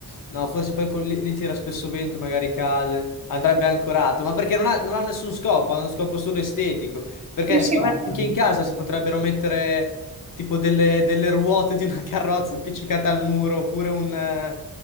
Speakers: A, on the left (about 60°); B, on the right (about 20°).
A: No, forse poi con- lì, lì tira spesso vento, magari cade. Andrebbe ancorato, ma perché non ha, non ha nessun scopo, ha uno scopo solo estetico. Perché
B: sì, sì,
A: secondo
B: ma
A: me
B: come
A: anche in casa si potrebbero mettere tipo delle, delle ruote di una <laughs> carrozza appiccicata al muro, oppure un, eh,